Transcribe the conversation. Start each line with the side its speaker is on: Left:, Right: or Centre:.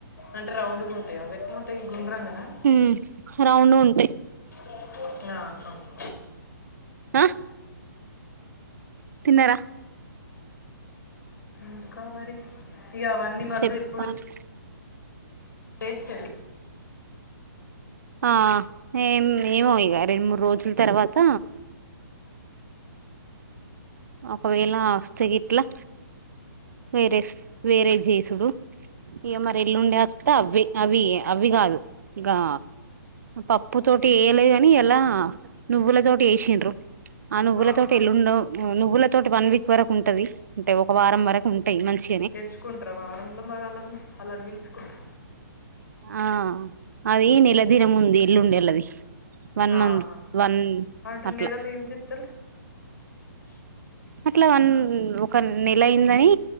Left: అంటే రౌండ్గా ఉంటాయి అవి ఎట్లా ఉంటాయి ఈ గుండ్రంగా నా
Right: ఉమ్ రౌండ్ గా ఉంటాయి
Left: ఆ ఓక్
Right: ఆ తిన్నార
Left: ఇంకా మరి ఇగ అవన్నీ మళ్ళీ
Right: చెప్పాలి
Left: ఇప్పుడ వేస్ట్ ఏనా
Right: ఆ ఏం ఏమో ఇగ రెండు మూడు రోజుల తర్వాత ఒకవేళ వస్త గిట్లా వేరేస్ వేరే జెసుడు ఇగ మరి ఎల్లుండే అత్త అవి అవి అవి కాదు గా పప్పు తోటి ఏయలే గని ఇయ్యలా నువ్వుల తోటి చేసిండ్రు ఆ నువ్వుల
Left: ఆహా
Right: తోటి ఎల్లుండవు నువ్వుల తోటి వన్ వీక్ వరకు ఉంటంది అంటే ఒక వారం వరకు ఉంటాయి మంచి
Left: తెచ్చుకుంటార వారంలో మరి అల్లన్ అల్లన్ పిలుసుకుంటా
Right: ఆ అది నేలా దిన ముంది ఎల్లుండే అల్లది వన్
Left: ఆహా
Right: మంత్ వన్
Left: అంటే
Right: అట్లా
Left: నెలలో ఏం చేత్తరు <unintelligible>
Right: అట్లా వన్ ఒక నెల అయిందని